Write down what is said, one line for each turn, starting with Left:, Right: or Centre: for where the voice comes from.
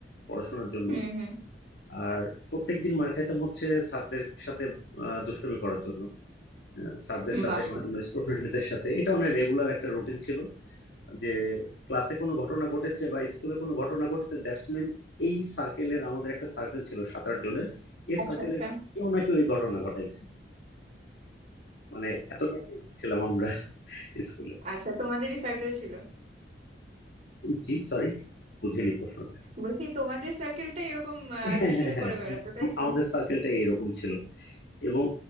Left: পড়াশোনার জন্য
Right: হুম হুম
Left: আর প্রত্যেকদিন মার খাইতাম হচ্ছে স্যারদের সাথে আহ, দুষ্টুমি করার জন্য আহ, স্যারদের সাথে
Right: বাহ
Left: বা অন্য স্টুডেন্টদের সাথে এটা অনেক রেগুলার একটা রুটিন ছিল যে ক্লাসে কোনো ঘটনা ঘটেছে বা স্কুলে কোনো ঘটনা ঘটেছে দ্যাটস মিন এই সার্কেলের আমাদের একটা সার্কেল ছিল সাত আট জনের এই
Right: আচ্ছা
Left: সার্কেলের
Right: আচ্ছা
Left: কেউ না কেউ এই ঘটনা ঘটাইছে মানে এতটা famous ছিলাম আমরা স্কুলে
Right: আচ্ছা তোমাদেরই সার্কেল ছিল
Left: জি সরি বুঝিনি প্রশ্নটা
Right: বলছি তোমাদের সার্কেলটাই এরকম আহ,
Left: হ্যাঁ
Right: দুষ্টুমি
Left: হ্যাঁ হ্যাঁ
Right: করে বেড়াতো
Left: আম-
Right: তাই তো
Left: আমাদের সার্কেলটা এরকম ছিল এবং